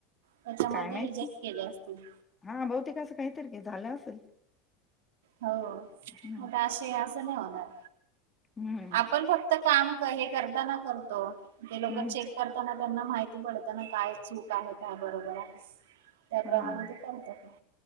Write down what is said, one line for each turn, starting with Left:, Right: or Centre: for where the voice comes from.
Right: त्याच्यामुळे
Left: काय माहिती
Right: ते रिजेक्ट केले असतील.
Left: हा बहुतेक असं काहीतरी क झालं असेल.
Right: हो
Left: हम्म
Right: म असे असं नाही होणार.
Left: हम्म
Right: आपण फक्त काम हे करताना करतो ते लोक
Left: हम्म.
Right: चेक करताना त्यांना माहिती पडत ना काय चूक आहे काय बरोबर आहे. त्याप्रमाणे
Left: हा
Right: ते करतात ना